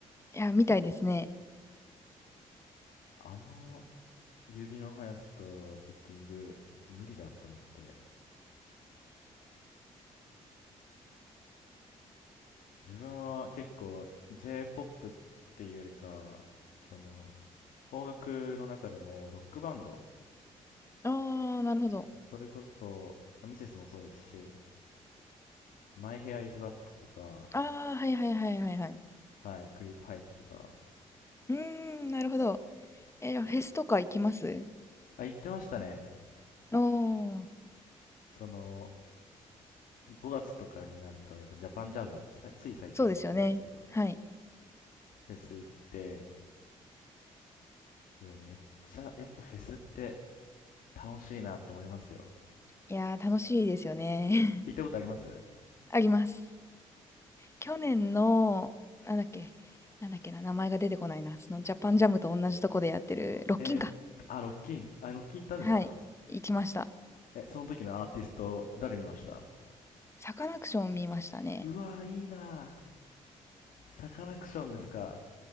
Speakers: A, on the left; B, on the left.
A: ー、いや、みたいですね。
B: あの、指の速さとピッキング、無理だって思って。自分は結構、J-POP っていうよりか、その、邦楽の中でもロックバンド、
A: ああ、なるほど。
B: そそれこそ、まあミセスもそうですし、My Hair is Bad とか、
A: ああ、はいはいはいはいはい。
B: はい、クリープハイプとか、
A: うーん、なるほど。え、じゃあフェスとか行きます
B: あ、言ってましたね。
A: おー、
B: その、5月とかになると、やっぱジャパンジャム、さつい最近もあったんですけど、
A: そうですよね。はい。
B: フェス行って、でもめっちゃ、やっぱフェスって楽しいなって思いますよ。
A: いやー、楽しいですよね。
B: 行ったことあります
A: あります。去年の、なんだっけ、なんだっけな、名前が出てこないな。そのジャパンジャムと同じとこでやってる、ロッキンか。
B: えー、あ、ロッキン。あ、ロッキン行ったんですか
A: はい。行きました。
B: え、その時のアーティスト、誰見ました
A: サカナクション見ましたね。
B: うわー、いいなー。サカナクションですか。